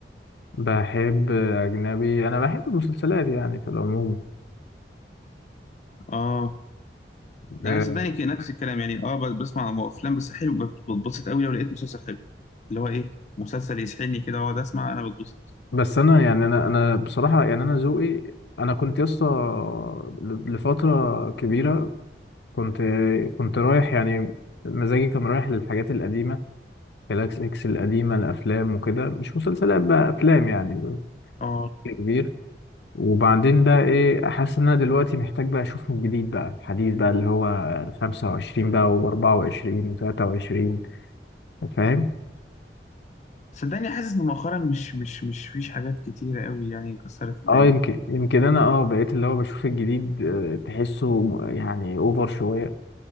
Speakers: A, on the left; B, on the left.
A: بحب اجنبي انا بحب المسلسلات يعني في العموم
B: اه ده
A: آه،
B: انا صدقني كده نفس الكلام يعني اه ب- بسمع م- افلام بس حلو بت- بتبسط قوي لو لقيت مسلسل حلو اللي هو ايه مسلسل يسحلني كده واقعد اسمع انا بتبسط
A: بس انا يعني انا انا بصراحه يعني انا ذوقي انا كنت يسطا لفتره كبيره كنت كنت رايح يعني مزاجي كان رايح للحاجات القديمة جالاكس اكس القديمة الأفلام وكده مش مسلسلات بقى أفلام يعني بشكل
B: اه
A: كبير وبعدين بقى إيه أحس إن أنا دلوقتي محتاج بقى أشوف من جديد بقى الحديث بقى اللي هو خمسة وعشرين بقى وأربعة وعشرين وتلاتة وعشرين فاهم؟
B: صدقني حاسس ان مؤخرا مش مش مش فيش حاجات كتيره قوي يعني كسرت الدنيا
A: اه يمكن يمكن أنا اه بقيت اللي هو بشوف الجديد آه، تحسه يعني أوفر شوية